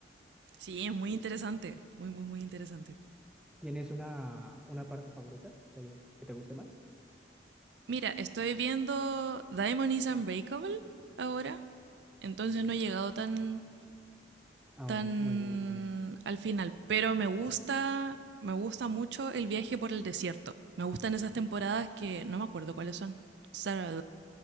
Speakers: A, on the right; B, in the centre.
A: Sí, es muy interesante, muy, muy, muy interesante.
B: ¿Tienes una, una parte favorita que te, haya- que te guste más?
A: Mira, estoy viendo Diamond is Unbreakable ahora, entonces no he llegado tan,
B: Ah,
A: tan
B: muy bien, muy bien.
A: al final, pero me gusta, me gusta mucho el viaje por el desierto. Me gustan esas temporadas que no me acuerdo cuáles son. Sara-